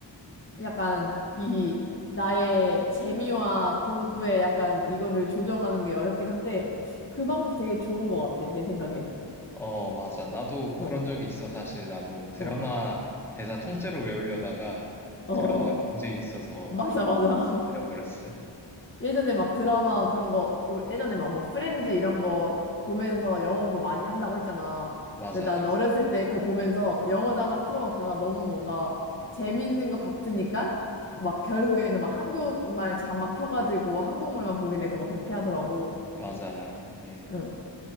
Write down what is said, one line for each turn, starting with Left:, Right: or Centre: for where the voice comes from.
Left: 약간 이 나의 재미와 공부에 약간 이거를 조정하는 게 어렵긴 한데 그 방법 되게 좋은 것 같아 내 생각엔
Centre: 어, 맞아. 나도
Left: 어어어
Centre: 그런 적이 있어, 사실. 나도 드라마
Left: 어,
Centre: 대사 통째로 외우려다가
Left: 어,
Centre: 드라마가
Left: 어, 어.
Centre: 문제 있어서
Left: 맞아
Centre: 그냥
Left: 맞아 <laughs>
Centre: 들려버렸어.
Left: 예전에 막 드라마 그런 거 올 예전에 막 뭐 프렌즈 이런 거 보면서 영어 공부 많이 한다고 했잖아
Centre: 맞아,
Left: 근데 난 어렸을 때 그거 보면서 영어 자막 틀어놓다가 너무 뭔가 재밌는 것 같으니까 막 결국에는 막 한국말 자막 켜가지고 한국말만 보게 되고 막 그렇게 하더라고
Centre: 맞아. 이게
Left: 응.